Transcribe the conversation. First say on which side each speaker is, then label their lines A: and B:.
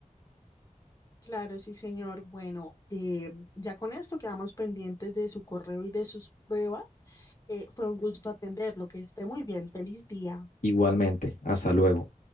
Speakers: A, on the left; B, on the left.
A: Claro, sí, señor. Bueno, eh, ya con esto quedamos pendientes de su correo y de sus pruebas. Eh, fue un gusto atenderlo. Que esté muy bien. Feliz día.
B: igualmente, hasta luego.